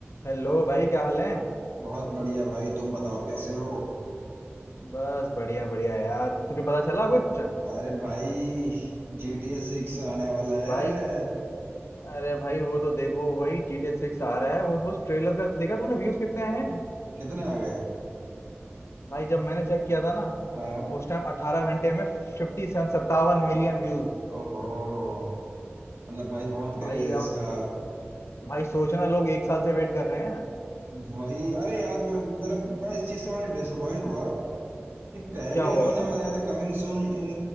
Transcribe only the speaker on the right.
बहुत बढ़िया भाई तुम बताओ कैसे हो
अरे भाई जी टी एस सिक्स आने वाला
है
कितने आ गए
हाँ
ओहो मतलब भाई बहुत क्रेज
है इसका
वही अरे यार प- मेरा मैं इस चीज से बड़ा डिसअपॉइंट हुआ कि पहले
इन्होंने
बताया था coming soon in